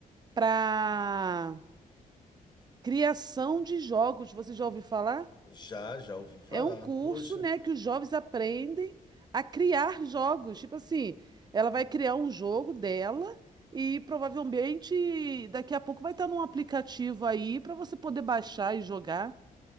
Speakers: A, on the right; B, on the left.
A: para criação de jogos. Você já ouviu falar?
B: Já, já ouvi falar.
A: É um curso,
B: Poxa,
A: né, que os jovens aprendem a criar jogos. Tipo assim, ela vai criar um jogo dela e provavelmente daqui a pouco vai estar num aplicativo aí para você poder baixar e jogar.